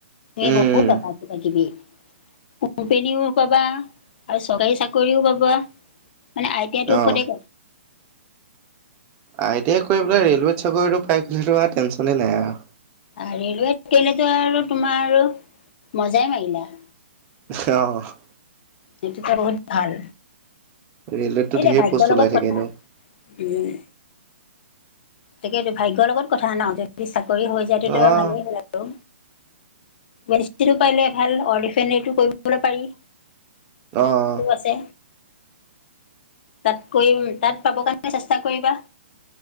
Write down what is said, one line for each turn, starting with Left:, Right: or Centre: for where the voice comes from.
Left: মি
Right: উম,
Left: বহুত
Right: উম,
Left: <unintelligible> কিবা কিবি, কম্পেনীয়ো‌ পাবা। আৰু চৰকাৰী চাকৰিও পাবা, মানে আই টি আই টোৰ
Right: অ'।
Left: ওপৰতে
Right: আই টি আই কৰি পেলাই ৰেলৱেত চাকৰিটো পাই গ'লেটো আৰু টেনচনেই নাই আৰু।
Left: আ ৰেলৱেত কৰিলেতো আৰু তোমাৰ আৰু মজাই মাৰিলা।
Right: অ'।
Left: সেইটোতো বহুত ভাল
Right: ৰেলৱেততো
Left: এই যে,
Right: ঢেৰ
Left: ভাগ্যৰ
Right: প'ষ্ট
Left: লগত
Right: ওলাই থাকে
Left: কথা
Right: এনেও
Left: উম। তাকেতো ভাগ্যৰ লগত কথা ন' যদি চাকৰি হৈ যায় তেতিয়া
Right: অ'
Left: ভালেই হ'ল আৰু। ৱেলইন্সটিটিউট পাৰিলে ভাল, অইলৰিফেনেৰিটো কৰিবলৈ পাৰি।
Right: অ'
Left: <inaudible> আছে। তাত কৰিম তাত পাব কাৰণে চেষ্টা কৰিবা।